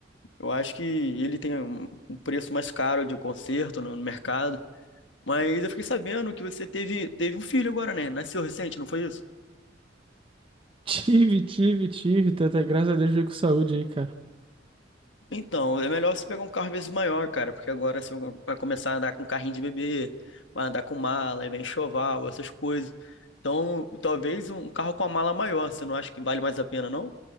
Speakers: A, on the left (about 80°); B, on the right (about 30°).
A: Eu acho que ele tem um um preço mais caro de conserto no no mercado. Mas eu fiquei sabendo que você teve, teve um filho agora, né? Nasceu recente, não foi isso?
B: Tive, tive, tive. Tá, tá, graças a Deus veio com saúde aí, cara.
A: Então, é melhor você pegar um carro às vezes maior, cara, porque agora você vai começar a andar com carrinho de bebê, vai andar com mala, aí vem enxoval, essas coisas. Então, talvez um carro com a mala maior, você não acha que vale mais a pena, não?